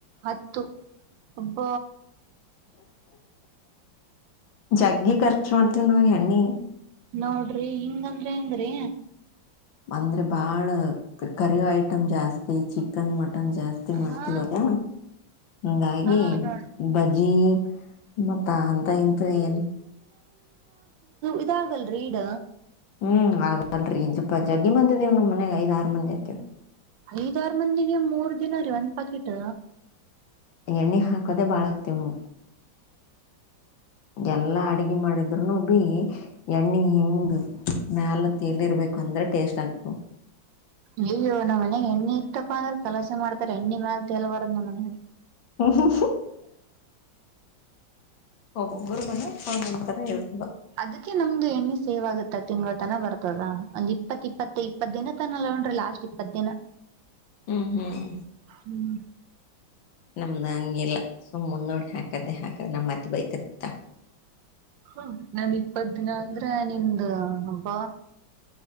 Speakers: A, on the right; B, on the left.
A: ಹತ್ತು ಒಬ್ಬ
B: ಜಗ್ಗಿ ಖರ್ಚು ಮಾಡ್ತೀವಿ್ ನಾವು ಹೆಣ್ಣಿ
A: ನೋಡ್ರಿ ಹಿಂಗಂದ್ರೆ ಹೆಂಗ್ರಿ
B: ಅಂದ್ರೆ ಬಾಳ ಕರಿ ಐಟಮ್ ಜಾಸ್ತಿ ಚಿಕನ್ ಮ ಮಟನ್ ಜಾಸ್ತಿ ಮಾಡ್ತೀವಲ್ಲ
A: ಹಾ
B: ಹಂಗಾಗಿ
A: ಹಾ ನೋಡ್ರಿ
B: ಬಜ್ಜಿ ಮತ್ತ ಅಂತ ಇಂತ ಏನು
A: ಇದಾಗಲ್ರರಿ ಈಡ
B: ಹ್ಮ್ ಹಾಗಲರಿ ಸ್ವಪ ಜಗ್ಗಿ ಮಂದ ಇದೀವ್ ನಮ್ಮ್ ಮನೆಗ್ ಐದ ಆರು ಮಂದಿ ಆಐತಿೇವ
A: ಐದಾರ ಮಂದಿಗೆ ಮೂರ್ ದಿನ ರೀ ಒಂದ್ ಪಾಕೆಟ್
B: ಎಣ್ಣೆ ಹಾಕದೆ ಬಾಳ ಹಾಕತೆವ ನಾವ ಎಲ್ಲಾ ಅಡಗಿ ಮಾಡಿದ್ರುನು ಬಿ ಎಣ್ಣಿ ಹಿಂಗ ಮ್ಯಾಲ ತೇಲಿ ಇರ್ಬೇಕು ಅಂದ್ರೆ ಟೇಸ್ಟ್ ಆಗ
A: ಅಯ್ಯೋ ನಮ್ಮ್ ಮನೆಗೆ ಎಣ್ಣೆ ಇತ್ತಪ್ಪ ಅಂದ್ರರು ಕಲಾಸೆ ಮಾಡ್ತಾರ ಎಣ್ಣಿ ಮ್ಯಾಲ ತೇಲಬಾರದ ನಮ್ಮ ಮನ್ಯಾಗ
B: ಹ್ಮ ಒಬ್ಬೊಬ್ಬರ ಮನ್ಯಾಗ ಒಂದ ಒಂದ್ ತರ ಇರ್ತ
A: ಅದಕ್ಕೆ ನಮ್ದು ಎಣ್ಣಿ ಸೇವ್ ಆಗುತ್ತ ತಿಂಗಳ ತನ ಬರ್ತದ ಒಂದ್ ಇಪ್ಪತ್ ಇಪ್ಪತ್ತ ಇಪ್ಪತ್ತ ದಿನ ತನ ನೋಡ್ರಿ ಲಾಸ್ಟ್ ಇಪ್ಪತ್ತು ದಿನ
B: ಹ್ಮ್ ಹ್ಮ್
A: ಹ್ಮ್
B: ನಮ್ದ ಹಂಗಿಲ್ಲ ಸುಮ್ ಮುಂದೋಡಿ ಹಾಕದ್ದೇ ಹಾಕದ ನಮ್ಮ್ ಅತ್ತಿ ಬೈತಿರತಾಳ
A: ಹ ನಂದ್ ಇಪ್ಪತ್ ದಿನ ಅಂದ್ರೆ ನಿಮ್ದ ಹಬ್ಬ